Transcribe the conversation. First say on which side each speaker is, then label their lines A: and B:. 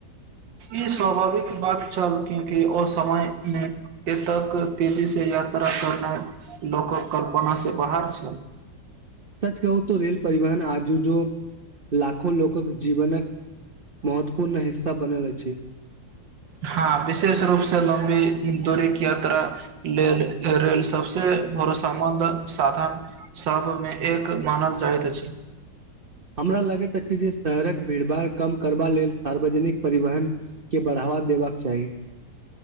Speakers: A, on the right (about 85°); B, on the right (about 40°).
A: ई स्वाभाविक बात छल, क्यकि ओ समयमे एतेक तेजीसँ यात्रा करनाइ लोकक कल्पना से बाहर छल।
B: सच कहू त रेल परिवहन आजू जो लाखों लोकक जीवनक महत्वपूर्ण हिस्सा बनल अछि।
A: हँ, विशेष रूपसँ लम्बी दूरीक यात्रा लेल रेल सभ सँ भर सबध साधन सभमे एक मानल जाइत अछि।
B: हमरा लगैत कि जे शहरक भीड़ भाड़ कम करबा लेल सार्वजनिक परिवहन के बढ़ावा देबाक चाही।